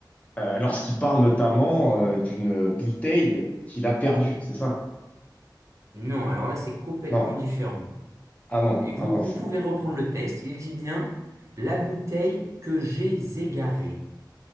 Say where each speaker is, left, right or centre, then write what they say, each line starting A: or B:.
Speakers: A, on the left (about 20°); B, on the right (about 40°).
A: Euh, lorsqu'il parle notamment euh, d'une bouteille qu'il a perdue, c'est ça?
B: Non, alors là, c'est complètement
A: Non.
B: différent.
A: Ah non,
B: Et vous,
A: ah mince.
B: vous pouvez reprendre le texte. Il dit bien la bouteille que j'ai égarée.